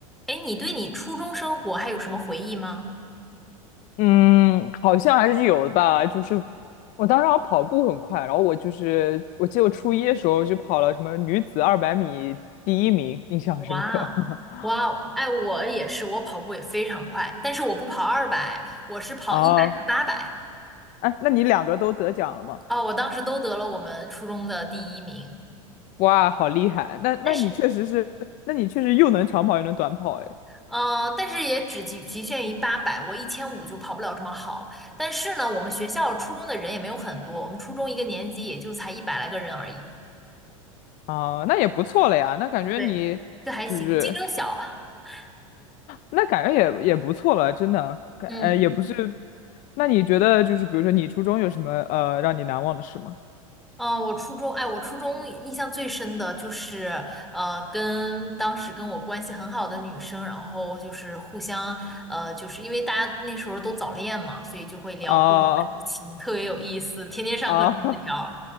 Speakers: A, in the centre; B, on the left.
A: 哎，你对你初中生活还有什么回忆吗？
B: 嗯，好像还是有的吧。就是我当时好像跑步很快，然后我就是我记得我初一的时候就跑了什么女子二百米第一名，印象深刻。
A: 哇哦，
B: <laughs>
A: 哇哦，哎，我也是，我跑步也非常快，但是我不跑二百，我是跑一百和八百。
B: 啊，哎，那你两个都得奖了吗？
A: 啊，我当时都得了我们初中的第一名，
B: 哇，好厉害！那那你确实是，
A: 但是，
B: 那你确实又能长跑又能短跑，哎，
A: 呃，但是也只局局限于八百，我一千五就跑不了这么好。但是呢，我们学校初中的人也没有很多，我们初中一个年级也就才一百来个人而已，
B: 啊，那也不错了呀。那感觉你就是，
A: 对，就还行，竞争小。<laughs>
B: 那感觉也也不错了，真的。感呃，
A: 嗯。
B: 也不是。那你觉得就是，比如说你初中有什么呃让你难忘的事吗？
A: 嗯，我初中，哎，我初中印象最深的就是，呃，跟当时跟我关系很好的女生，然后就是互相，呃，就是因为大家那时候都早恋嘛，所以就会聊各种事情，
B: 啊、
A: 特别有意思，天天上课传纸条，
B: 啊